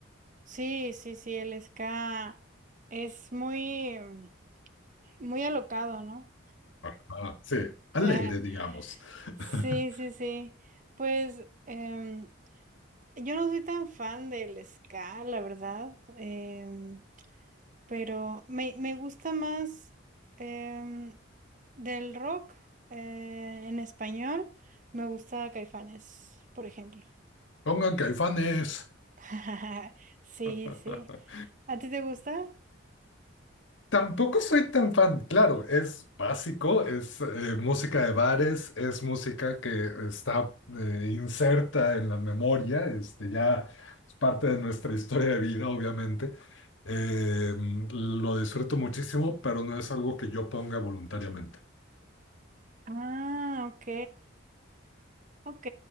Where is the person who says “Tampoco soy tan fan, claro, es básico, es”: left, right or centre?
Left